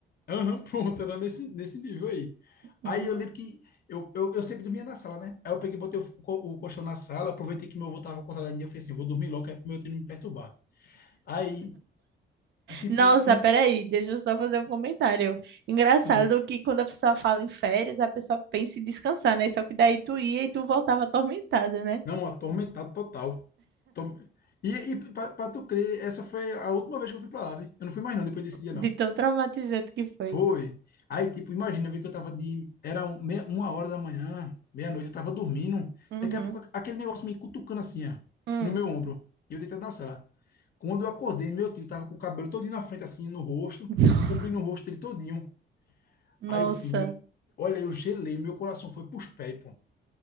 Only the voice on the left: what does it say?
Aham, <laughs> pronto, era nesse, nesse nível aí.
Aí eu lembro que eu, eu, eu sempre dormia na sala, né? Aí eu peguei, botei o, co- o colchão na sala, aproveitei que meu avô tava acordado ainda, eu falei assim, vou dormir logo, que é pro meu tio não me perturbar. Aí, tipo,
um...
Sim.
Não, atormentado total. Tom- E, e pra, pra tu crer, essa foi a última vez que eu fui pra lá, velho. Eu não fui mais não, depois desse dia,
não.
Foi. Aí, tipo, imagina, eu vi que eu tava de. Era um- meia- uma hora da manhã, meia-noite, eu tava dormindo.
Daqui a pouco, aquele negócio me cutucando assim, ó,
no meu ombro. E eu deitado na sala. Quando eu acordei, meu tio tava com o cabelo todinho na frente, assim, no rosto,
cobrindo o rosto dele todinho.
Aí eu fiz, meu... olha, eu gelei, meu coração foi pros pés, pô.